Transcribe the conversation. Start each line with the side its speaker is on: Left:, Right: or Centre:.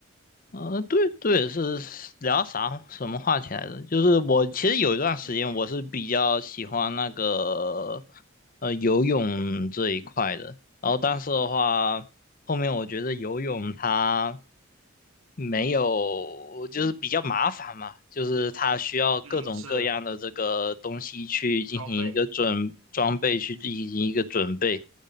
Left: 呃，对对，是聊啥什么话题来着？就是我其实有一段时间我是比较喜欢那个
Right: 体育，
Left: 呃，游泳这一块的。然后，但是的话，后面我觉得游泳它没有，就是比较麻烦嘛，就是它需要各种各样的这个东西去进行一个准装备，
Right: 嗯，是装备。
Left: 去进行一个准备。